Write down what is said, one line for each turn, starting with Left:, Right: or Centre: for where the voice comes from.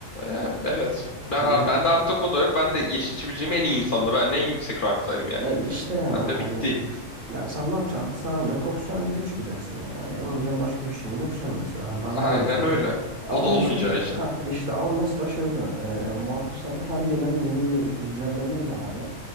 Left: Yani evet. Ben
Right: Hani
Left: ar- bende artık o da yok. Ben de eşleşebileceğim en iyi insanla. Ben de en yüksek ranktayım yani.
Right: e işte yani
Left: Ben
Right: hani
Left: de bitti.
Right: Yani sen ne yapacaksın artık sen anca profesyonel lige çıkacaksın yani. Hani yapabileceğin başka bir şeyin yok sen mesela. Hani daha
Left: Aynen
Right: nereye yükseleceksin?
Left: öyle.
Right: Ama
Left: O da
Right: mesela
Left: olmayacağı için.
Right: ha işte ama mesela şeyde e, MMORPG'lerde her gelen yeni bir güncellemeyle abi